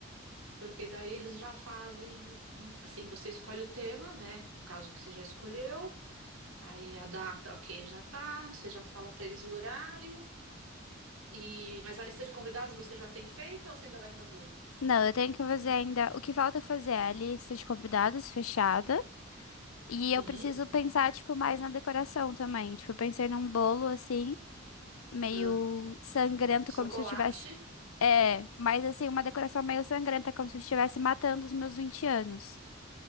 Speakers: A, on the right (about 90°); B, on the left (about 85°).
A: porque daí eles já fazem, hum, assim, você escolhe o tema, né? No caso que você já escolheu, aí a data, ok, já tá, você já fala para eles o horário. E, mas a lista de convidados você já tem feita ou você ainda vai fazer?
B: Não, eu tenho que fazer ainda. O que falta fazer é a lista de convidados fechada. E
A: Sim.
B: eu preciso pensar, tipo, mais na decoração também. Tipo, eu pensei num bolo, assim, meio
A: Ah,
B: sangrento,
A: Chocolate.
B: como se eu tivesse... É, mas assim, uma decoração meio sangrenta, como se eu estivesse matando os meus 20 anos.